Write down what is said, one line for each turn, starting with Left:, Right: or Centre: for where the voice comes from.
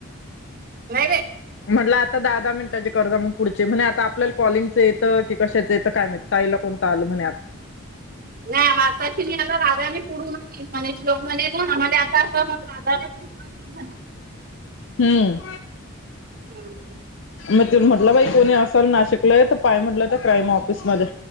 Right: नाही
Left: म्हटलं आता दहा दहा मिनटाचे कर्जा मग पुढचे म्हण आता आपल्याला कॉलिंगच येतं की कशाच येतं काय माहित ताईला कोणता आलो म्हणे आता
Right: नाही मासा शला राजाने पुढून णे श्लक म्हणे ना आम्हाला आता अस म
Left: हम्म
Right: हम्
Left: म तु म्हटला भाई कोणी सर नाशिकला आहे तर पाय म्हटलं तर क्राईम ऑफिसमध्ये